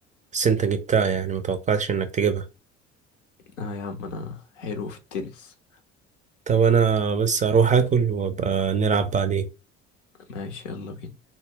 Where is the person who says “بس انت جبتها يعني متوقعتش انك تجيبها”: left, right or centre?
Right